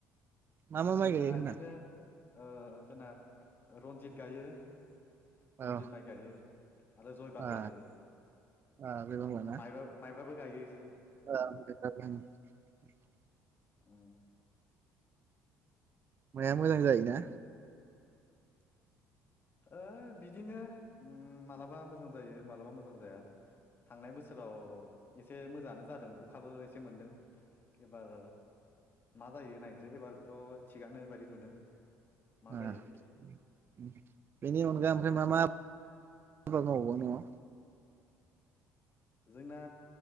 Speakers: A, on the right; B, on the left.
A: मा मा
B: जोंना
A: माइ गायो होनदां
B: इदिनो ओ जोंना रन्जित गायो। रनजित
A: औ
B: माइ गायो, आरो जय बांला
A: आ
B: गायो,
A: आ बे बांलाना
B: माइबा माइब्राबो गायो इसो
A: <unintelligible>
B: ओम।
A: माया मोजां जायोना?
B: ओ बिदिनो मालाबा मोजां जायो मालाबा मोजां जाया। थांनाय बोसोराव एसे मोजाङानो जादों अखाबो एसे मोनदों। एबार मा जायो नायनोसै एबारथ' थिगानो बायदि नुदों। मा
A: आ
B: जायो
A: <inaudible> बिनि अनगा ओमफ्राय मा मा <inaudible> आबाद मावबावो न'आव?
B: जोंना